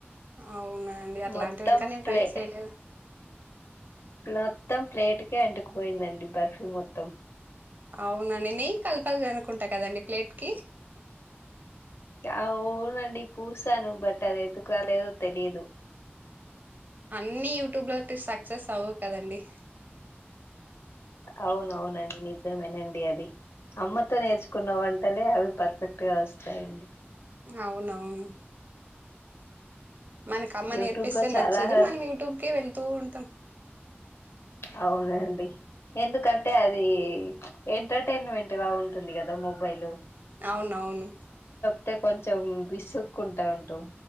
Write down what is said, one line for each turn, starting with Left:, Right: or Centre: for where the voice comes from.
Right: అవునా అండి అట్లాంటివి
Left: మొత్తం
Right: ఇంకా నేను
Left: ప్లే
Right: ట్రై చేయలేదు
Left: మొత్తం ప్లేట్కే అంటుకు పోయిందండి బర్ఫీ మొత్తం
Right: అవునండి నెయ్యి కలపాల అనుకుంటా కదండి ప్లేట్ కి
Left: అవునండి పూసాను బట్ అది ఎందుకు రాలేదో తెలియదు
Right: అన్ని యూట్యూబ్ లో సక్సెస్ అవవు కదండి
Left: అవునవునండి నిజమేనండి అది అమ్మతో నేర్చుకున్న వంటలే అవి పర్ఫెక్ట్ గా వస్తాయండి
Right: అవునవును మనకు అమ్మ
Left: యూట్యూబ్లో
Right: నేర్పిస్తే
Left: చాలా
Right: నచ్చదు
Left: వరకు
Right: మనం యూట్యూబ్కే వెళ్తూ ఉంటాం
Left: అవునండి ఎందుకు అంటే అంటే అది ఎంటర్టైన్మెంట్గా ఉంటుంది కదా మొబైల్
Right: అవునవును
Left: అయితే కొంచెం విసుక్కుంటా ఉంటావు